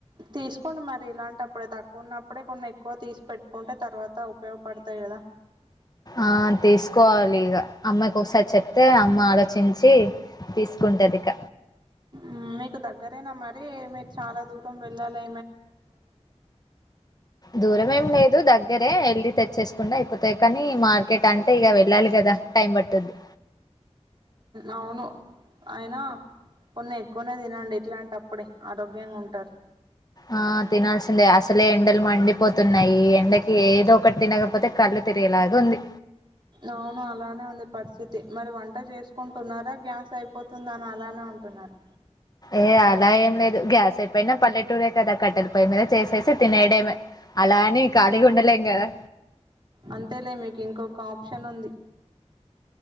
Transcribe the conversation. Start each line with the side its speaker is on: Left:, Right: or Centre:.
Right: తీసుకోండి మరి ఇలాంట అప్పుడే తక్కువ ఉన్నప్పుడే కొన్ని ఎక్కువ తీసి పెట్టుకుంటే తర్వాత ఉపయోగపడతాయి కదా
Left: ఆ తీసుకోవాలి ఇగ అమ్మకి ఒకసారి చెప్ప అతే అమ్మ ఆలోచించి తీసుకుంటది ఇక
Right: మ్మ్, మీకు దగ్గరేనా మరి మీరు చాలా దూరం వెళ్ళాలే
Left: దూరం ఏం లేదు దగ్గరే వెళ్ళి తెచ్చేసుకుండా అయిపోతాయి కానీ మార్కెట్ అంటే అంటే ఇక వెళ్ళాలి గదా టైం పట్టుద్ది
Right: అవును అయినా కొన్ని ఎక్కువనే తినండి ఇట్లాంట అప్పుడే ఆరోగ్యంగా ఉంటారు
Left: ఆ తినాల్సిందే అసలే ఎండలు మండిపోతున్నాయి ఈ ఎండకి ఏదో ఒకటి తినకపోతే కళ్ళు తిరిగేలాగా ఉంది
Right: అవును అలానే ఉంది పరిస్థితి మరి వంట చేసుకుంటున్నారా గ్యాస్ అయిపోతుంది అని అలానే ఉంటున్నారా
Left: ఏ అలా ఏం లేదు గ్యాస్ సపోయినా పల్లెటూరకా కట్టలు పయ మీద చేసేసి తినేడేమే అలా అని ఖాళీగా
Right: ఆ,
Left: ఉండలేం కదా
Right: అంతేలే మీకు ఇంకొక ఆప్షన్ ఉంది